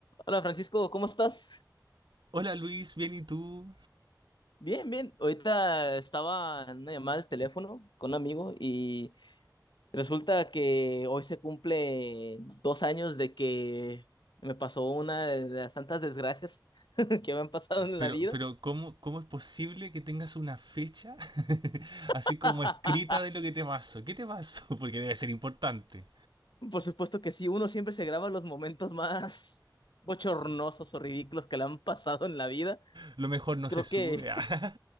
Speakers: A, on the left (about 85°); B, on the right (about 85°).
A: Hola Francisco, ¿cómo estás?
B: Hola Luis, bien y tú.
A: Bien, bien. Ahorita estaba en una llamada al teléfono con un amigo y resulta que hoy se cumple dos años de que me pasó una de las tantas desgracias <laughs> que me han pasado en
B: Pero,
A: la vida.
B: pero ¿cómo, cómo es posible que tengas una fecha <laughs> así
A: <laughs>
B: como escrita de lo que te pasó? ¿Qué te pasó? <laughs> Porque debe ser importante.
A: Por supuesto que sí, uno siempre se graba los momentos más bochornosos o ridículos que le han pasado en la vida.
B: Lo mejor no
A: Creo
B: se sube.
A: que
B: <laughs> ah.